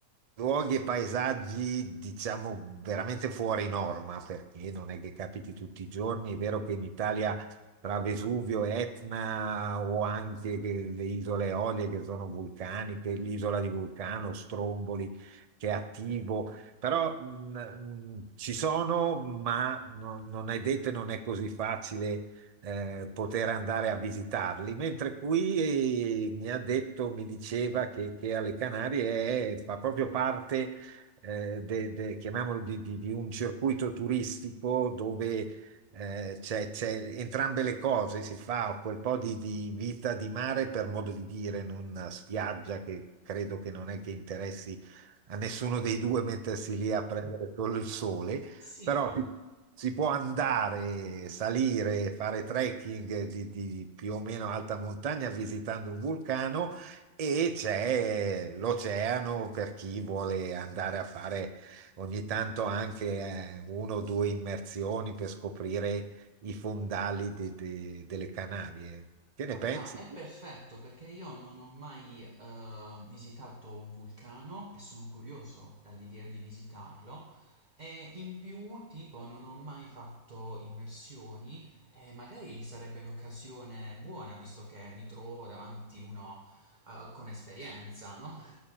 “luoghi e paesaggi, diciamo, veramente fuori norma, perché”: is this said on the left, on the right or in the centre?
Right